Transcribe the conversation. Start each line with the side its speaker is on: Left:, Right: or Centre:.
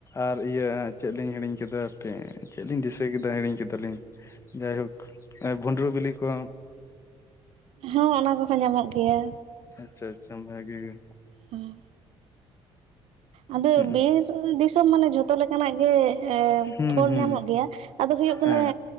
Left: ᱟᱨ ᱤᱭᱟᱹ ᱪᱮᱫ ᱞᱤᱧ ᱦᱤᱲᱤᱧ ᱠᱮᱫᱟ ᱦᱟᱯᱮ ᱪᱮᱫ ᱞᱤᱧ ᱫᱤᱥᱟᱹ ᱠᱮᱫᱟ ᱦᱤᱲᱤᱧ ᱠᱮᱫᱟᱞᱤᱧ ᱡᱟᱭᱦᱳᱠ ᱵᱷᱩᱸᱰᱨᱩ ᱵᱤᱞᱤ ᱠᱚ,
Right: ᱦᱚᱸ ᱚᱱᱟ ᱠᱚᱦᱚ ᱧᱟᱢᱚᱜ ᱜᱮᱭᱟ
Left: ᱟᱪᱪᱷᱟ ᱟᱪᱪᱷᱟ ᱵᱷᱟᱜᱮ ᱜᱮ
Right: ᱦᱩᱸ ᱟᱫᱚ
Left: ᱦᱩᱸ
Right: ᱵᱤᱨ ᱫᱤᱥᱚᱢ ᱢᱟᱱᱮ ᱡᱷᱚᱛᱚ ᱞᱮᱠᱟᱱᱟᱜ ᱜᱮ ᱮ
Left: ᱦᱩᱸ
Right: ᱯᱷᱚᱞ
Left: ᱦᱩᱸ
Right: ᱧᱟᱢᱚᱜ ᱜᱮᱭᱟ ᱟᱫᱚ ᱦᱩᱭᱩᱜ ᱠᱟᱱᱟ
Left: ᱦᱮᱸ